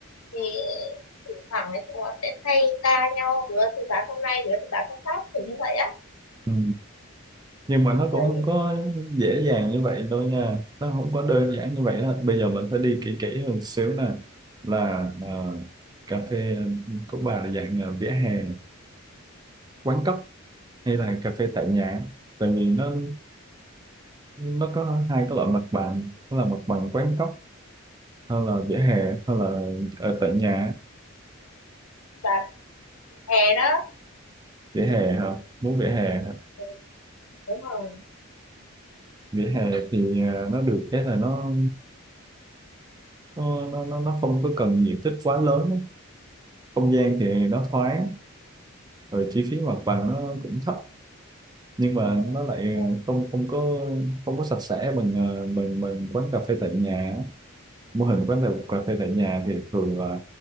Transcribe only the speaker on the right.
ừ. nhưng mà nó
cũng không có dễ dàng như vậy đâu nha nó không có đơn giản như vậy đó. bây giờ mình phải đi kỹ kỹ hơn xíu nè là ờ, cà phê của bà là dạng ờ, vỉa hè quán cóc hay là cà phê tại nhà tại vì nó nó có hai cái loại mặt bằng đó là mặt bằng quán cóc hay là vỉa hè hay là ở tại nhà
vỉa hè hả muốn vỉa hè hả?
vỉa hè thì à, nó được cái là nó nó nó nó nó không có cần diện tích quá lớn á. không gian thì nó thoáng rồi chi phí mặt bằng nó
cũng thấp nhưng mà nó lại
ờ, không không có không có sạch sẽ bằng ờ, bằng bằng quán cà phê tại nhà á. mô hình quán cà cà phê tại nhà thì thường là